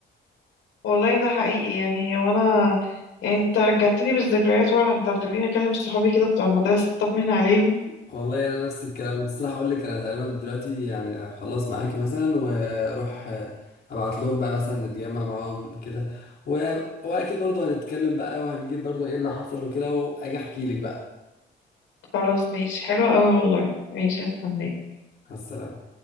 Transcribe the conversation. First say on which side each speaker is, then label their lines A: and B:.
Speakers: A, on the left; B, on the left.
A: والله ده حقيقي يعني وأنا يعني أنت رجعتني بالذكريات ورا أنت هتخليني أكلم صحابي كده بتوع المدرسة أطمن عليهم
B: والله انا نفس الكلام كنت الصراحه اقول لك انا تقريبا دلوقتي يعني خلاص معاكي مثلا واروح ابعت لهم بقى مثلا نتجمع معاهم كده و... واكيد برضه هنتكلم بقى وهنجيب برضه ايه اللي حصل وكده واجي احكي لك بقى
A: خلاص ماشي حلو أوي والله ماشي هستناك
B: على السلامه